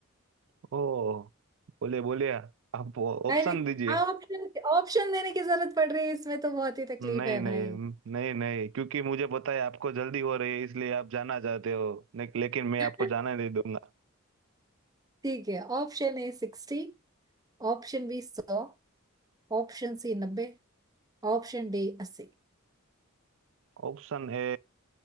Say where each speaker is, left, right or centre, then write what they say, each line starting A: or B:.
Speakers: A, on the right (about 60°); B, on the right (about 15°).
A: ओ बोलिए बोलिए आप
B: अरे
A: ऑप्शन दीजिए
B: ऑप्शन ऑप्शन देने की जरूरत पड़ रही है इसमें तो बहुत ही तकलीफ
A: नहीं
B: है
A: नहीं
B: भाई
A: नहीं नहीं क्योंकि मुझे पता है आपको जल्दी हो रही है इसलिए आप जाना चाहते हो ने- लेकिन मैं
B: <laughs>
A: आपको जाने नहीं दूंगा
B: ठीक है ऑप्शन ए सिक्सटी option B सौ option C नब्बे option D अस्सी
A: ऑप्शन ए